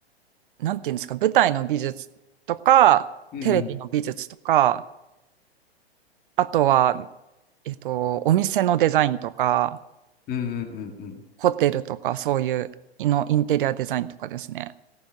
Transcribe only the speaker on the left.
うん
うんうんうんうんうん